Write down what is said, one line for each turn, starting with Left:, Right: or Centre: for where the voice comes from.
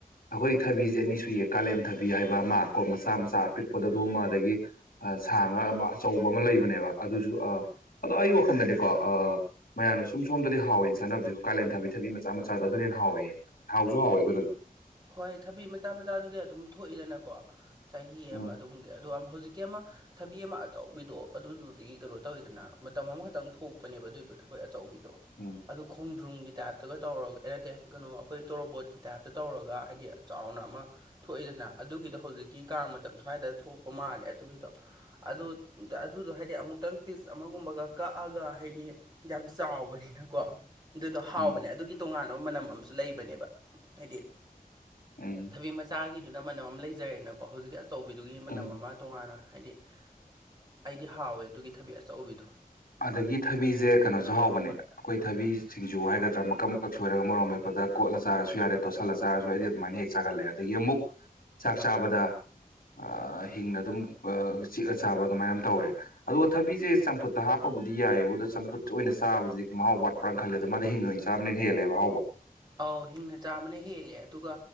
Left: ꯑꯩꯈꯣꯏꯒꯤ ꯊꯕꯤꯁꯦ ꯑꯅꯤ ꯁꯨꯏꯌꯦ ꯀꯥꯂꯦꯟ ꯊꯕꯤ ꯍꯥꯏꯕ ꯑꯃ ꯀꯣ ꯃꯆꯥ ꯃꯆꯥ ꯑꯄꯤꯛꯄꯗ ꯑꯗꯨꯒꯨꯝꯕ ꯑꯗꯒꯤ ꯁꯥꯥꯡ ꯉ ꯑꯃ ꯑꯆꯧꯕ ꯑꯃ ꯂꯩꯕꯅꯦꯕ ꯑꯗꯨꯁꯨ ꯑ ꯑꯗꯣ ꯑꯩ ꯋꯥꯈꯟꯗꯗꯤꯀꯣ ꯑ ꯃꯌꯥꯝꯅ ꯁꯨꯝ ꯁꯣꯝꯗꯗꯤ ꯍꯥꯎꯋꯦꯅ ꯆꯥꯟꯅꯕꯁꯦꯣꯏ ꯀꯥꯂꯦꯟ ꯊꯥꯕꯤ ꯊꯕꯤ ꯃꯆꯥ ꯃꯆꯥꯗ ꯑꯗꯨꯅꯅ ꯍꯥꯎꯋꯦ ꯍꯥꯎꯁꯨ ꯍꯥꯎꯋꯦ ꯑꯗꯨꯅꯁꯨ
Right: ꯍꯣꯏ ꯊꯕꯤ ꯃꯆꯥ ꯃꯆꯥꯗꯨꯗꯤ ꯑꯗꯨꯝ ꯊꯣꯛꯏꯗꯅꯀꯣ ꯆꯍꯤ
Left: ꯎꯝ
Right: ꯑꯃ ꯑꯗꯨꯝꯒꯤ ꯑꯗꯨ ꯍꯧꯖꯤꯛ ꯀꯤ ꯑꯃ ꯊꯕꯤ ꯑꯃ ꯑꯆꯧꯕꯤꯗꯣ ꯑꯗꯨꯗꯨꯗꯤ ꯀꯩꯅꯣ ꯇꯧꯋꯤꯗꯅ ꯃꯇꯝ ꯑꯃꯈꯛꯇꯪ ꯊꯣꯛꯄꯅꯦꯕ ꯑꯗꯨꯏꯗꯣ ꯊꯕꯤ ꯑꯆꯧꯕꯤꯗꯣ
Left: ꯎꯝ
Right: ꯑꯗꯨ ꯈꯣꯡꯗ꯭ꯔꯨꯝꯒꯤ ꯇꯥꯏꯞꯇꯒ ꯇꯧꯔꯒ ꯑꯦ ꯅꯠꯇꯦ ꯀꯩꯅꯣ ꯑꯩꯈꯣꯏ ꯇꯣꯔꯣꯕꯣꯠꯀꯤ ꯇꯥꯏꯞꯇ ꯇꯧꯔꯒ ꯍꯥꯏꯗꯤ ꯆꯥꯎꯅ ꯑꯃ ꯊꯣꯛꯏꯗꯅ ꯑꯗꯨꯒꯤꯗꯣ ꯍꯧꯖꯤꯛꯀꯤ ꯀꯥꯡ ꯃꯇꯝ ꯁ꯭ꯋꯥꯏꯗ ꯊꯣꯛꯄ ꯃꯥꯜꯂꯦ ꯑꯗꯨꯒꯤꯗꯣ ꯑꯗꯨ ꯑꯗꯨꯗꯣ ꯍꯥꯏꯗꯤ ꯑꯃꯨꯛꯇꯪ ꯄꯤꯁ ꯑꯃꯒꯨꯝꯕꯒ ꯀꯛꯑꯒ ꯍꯥꯏꯗꯤ ꯌꯥꯝ ꯆꯥꯎꯕꯅꯤꯅꯀꯣ ꯑꯗꯨꯗꯣ ꯍꯥꯎꯕꯅꯦ
Left: ꯎꯝ
Right: ꯑꯗꯨꯒꯤ ꯇꯣꯉꯥꯟꯕ ꯃꯅꯝ ꯑꯃꯁꯨ ꯂꯩꯕꯅꯦꯕ ꯍꯥꯏꯗꯤ
Left: ꯎꯝ
Right: ꯊꯕꯤ ꯃꯆꯥꯒꯤꯗꯨꯅ ꯃꯅꯝ ꯑꯃ ꯂꯩꯖꯔꯦꯅꯀꯣ ꯍꯧꯖꯤꯛꯀꯤ ꯑꯆꯧꯕꯤꯗꯨꯒꯤ ꯃꯅꯝ
Left: ꯎꯝ
Right: ꯑꯃ ꯇꯣꯉꯥꯟꯅ ꯍꯥꯏꯗꯤ ꯑꯩꯗꯤ ꯍꯥꯎꯋꯦ ꯑꯗꯨꯒꯤ ꯊꯕꯤ ꯑꯆꯧꯕꯤꯗꯣ
Left: ꯑꯗꯒꯤ ꯊꯕꯤꯁꯦ ꯀꯩꯅꯣꯁꯨ ꯍꯥꯎꯕꯅꯦ ꯑꯩꯈꯣꯏ ꯊꯕꯤ ꯁꯤꯡꯖꯨ ꯍꯥꯏꯒꯗ꯭ꯔꯥ ꯃꯀꯛ ꯃꯀꯛ ꯁꯣꯏꯔꯒ ꯃꯣꯔꯣꯡ ꯃꯦꯄꯗ ꯀꯣꯠꯂ ꯆꯥꯔꯁꯨ ꯌꯥꯔꯦ ꯇꯣꯠꯁꯜꯂ ꯆꯥꯔꯁꯨ ꯑꯩꯗꯤ ꯑꯗꯨꯃꯥꯏꯅ ꯍꯦꯛ ꯆꯥꯒꯂꯑꯦ ꯑꯗꯒꯤ ꯑꯃꯨꯛ ꯆꯥꯛ ꯆꯥꯕꯗ ꯑ ꯍꯤꯡꯅ ꯑꯗꯨꯝ ꯆꯤꯛꯑ ꯆꯥꯕ ꯑꯗꯨꯃꯥꯏꯅ ꯑꯃ ꯇꯧꯔꯦ ꯑꯗꯨꯒ ꯊꯕꯤꯁꯦ ꯆꯝꯐꯨꯠꯇ ꯍꯥꯞꯄꯕꯨꯗꯤ ꯌꯥꯏꯑꯦꯕ ꯑꯗꯣ ꯆꯝꯐꯨꯠ ꯑꯣꯏꯅ ꯆꯥꯕꯁꯤꯗꯤ ꯃꯍꯥꯎ ꯋꯥꯠꯄ꯭ꯔꯥ ꯈꯜꯂꯦꯗ ꯃꯥꯗꯤ ꯍꯤꯡꯅ ꯑꯣꯏꯅ ꯆꯥꯕꯅ ꯍꯦꯜꯂꯦꯕ ꯍꯥꯎꯕ
Right: ꯑꯥꯎ ꯍꯤꯡꯅ ꯆꯥꯕꯅ ꯍꯦꯜꯂꯦ ꯑꯗꯨꯒ